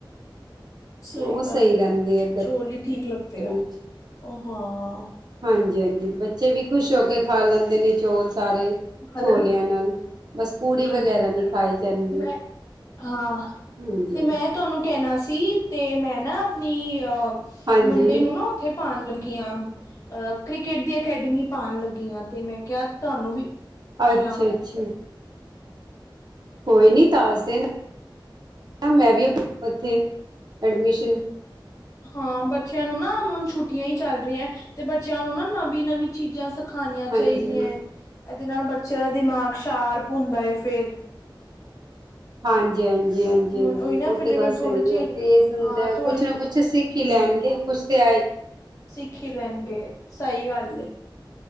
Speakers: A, on the left; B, on the right.
A: ਸਹੀ
B: ਉਹ
A: ਗੱਲ
B: ਰਹਿੰਦੇ
A: ਏ
B: ਆ
A: ਚੋਲ ਇ ਠੀਕ ਲੱਗਦੇ
B: ਗਰਮੀ
A: ਆ
B: ਚ
A: ਹਾਂ।
B: ਹਾਂਜੀ ਹਾਂਜੀ ਬੱਚੇ ਵੀ ਖੁਸ਼ ਹੋ ਕੇ ਖਾ ਲੈਂਦੇ ਨੇ, ਚੌਲ ਸਾਰੇ
A: ਖਲ
B: ਛੋਲਿਆਂ ਨਾਲ। ਬਸ ਪੂੜੀ
A: ਹਾਂਜੀ
B: ਵਗੈਰਾ ਨਹੀਂ ਖਾਈ ਜਾਂਦੀ
A: ਮੈਂ, ਹਾਂ,
B: ਹਾਂਜੀ।
A: ਤੇ ਮੈਂ ਤੁਹਾਨੂੰ ਕਹਿਣਾ ਸੀ ਸੀ ਤੇ ਮੈਂ ਨਾ ਆਪਣੀ ਅ
B: ਹਾਂਜੀ
A: ਮੁੰਡੇ ਨੂੰ ਨਾ, ਉੱਥੇ ਪਾਉਣ ਲੱਗੀਆਂ ਅਹ ਕ੍ਰਿਕਟ ਦੀ ਅਕੈਡਮੀ ਪਾਉਣ ਲੱਗੀ ਆਂ, ਤੇ ਮੈਂ ਕਿਹਾ ਤੁਹਾਨੂੰ ਵੀ ਪੁੱਛ
B: ਅੱਛਾ
A: ਲਾਂ
B: ਅੱਛਾ ਕੋਈ ਨੀ ਦਸ ਦਿਨ, ਮੈਂ ਵੀ ਉੱਥੇ ਐਡਮਿਸ਼ਨ
A: ਹਾਂ ਬੱਚਿਆਂ ਨੂੰ ਨਾ ਹੁ ਛੁੱਟੀਆਂ ਹੀ ਚੱਲ ਰਹੀਆਂ, ਤੇ ਬੱਚਿਆਂ ਨੂੰ ਨਾ ਨਵੀਂ ਨਵੀਂ ਚੀਜ਼ਾਂ ਸ ਖਣੀਆਂ
B: ਹਾਂਜੀ
A: ਚਾਹੀਦੀਆਂ ਹੈ, ਇਹਦੇ ਨਾਲ ਬੱਚਿਆਂ ਦਾ ਦਿਮਾਗ ਸ਼ਾਰਪ ਹੁੰਦਾ ਹੈ ਫੇਰ
B: ਹਾਂਜੀ ਹਾਂਜੀ ਹਾਂਜੀ
A: ਹੁਣ
B: ਹਾਂਜੀ
A: ਉਹੀ ਨਾ
B: ਔਹ
A: ਫਿਰ
B: ਤੇ ਗੱਲ
A: ਮੈਂ
B: ਸਹੀ
A: ਥੋੜੇ ਚਿਰ
B: ਹੈ, ਤੇਜ਼ ਹੁੰਦਾ
A: ਹਾਂ ਥੋੜੇ
B: ਕੁਛ ਨਾ ਕੁਛ ਸਿੱਖ ਹੀ ਲੈਣਗੇ,
A: ਹਮ
B: ਕੁਛ ਤੇ ਆਏ
A: ਸਿੱਖ ਈ ਲੈਣਗੇ ਸਹੀ ਗੱਲ ਐ।